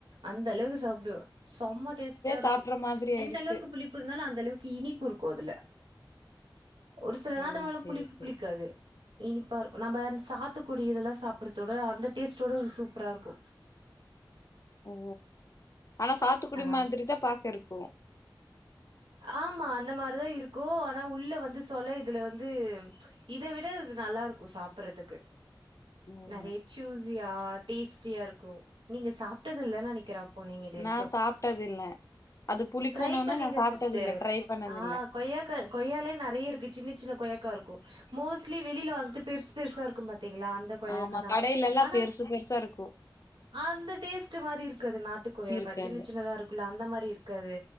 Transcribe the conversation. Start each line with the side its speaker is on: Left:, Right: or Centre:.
Right: அந்த அளவுக்கு சாப்டுவ சம்ம டேஸ்ட்டா இருக்கு
Left: சாப்பிட்ற மாதிரி ஆயிடுச்
Right: எந்த அளவுக்கு புளிப்பு இருந்தாலு அந்த அளவுக்கு இனிப்பு இருக்கு அதுல ஒரு சில நாத்தங்காலா
Left: ஓ சரி
Right: புளிப்பு
Left: சரி
Right: புளிக்காது இனிப்பா இருக்கு நம்ப அந்த சாத்துக்குடி இதுல்லா சாப்பறத விட அந்த டேஸ்ட்டோட இது சூப்பரா இருக்கு
Left: ஓ ஆனா சாத்துக்குடி
Right: ஆமா
Left: மாதிரி தா பாக்க இருக்கு
Right: ஆமா அந்த மாரிதா இருக்கு ஆனா உள்ள வந்து சொல இதுல வந்து இத விட அது நல்லாருக்கு சாப்பறதுக்கு
Left: ஓ
Right: நெறைய சூசியா டேஸ்டியா இருக்கு நீங்க சாப்ட்டது இல்லன் நெனைக்கிற இப்போ நீங்க இது வரைக்கு
Left: நா சாப்ட்டது இல்ல அது புளிக்குனோனே
Right: ட்ரை பண்ணிங்க
Left: நா சாப்ட்டது
Right: சிஸ் சேர்
Left: இல்ல ட்ரை பண்ணது
Right: ஆ
Left: இல்ல
Right: கொய்யாக்கா கொய்யாலயே நெறைய இருக்கு சின்ன சின்ன கொய்யாக்கா இருக்கு மோஸ்ட்லி வெளில வாங்கற்து பெருசு பெருசா இருக்கும் பாத்தீங்ளா அந்த கொயாக்கா
Left: ஆமா
Right: தா
Left: கடையிலல்லா
Right: ஆனா
Left: பெருசு பெருசா இருக்கு
Right: அந்த டேஸ்ட்டு மாரி இருக்காது நாட்டு கொய்யாக்கா
Left: இருக்காது
Right: சின்ன சின்னதாருக் கும்ல அந்த மாரி இருக்காது